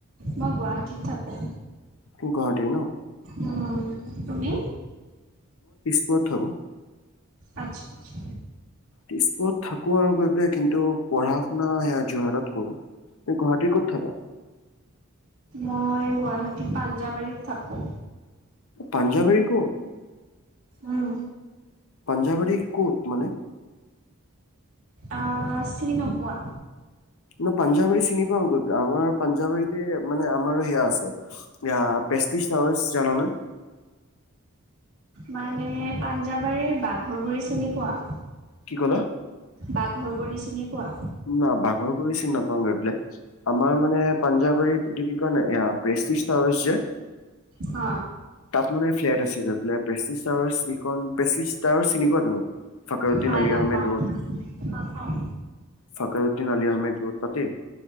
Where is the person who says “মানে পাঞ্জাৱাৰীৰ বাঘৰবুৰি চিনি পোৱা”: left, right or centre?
Right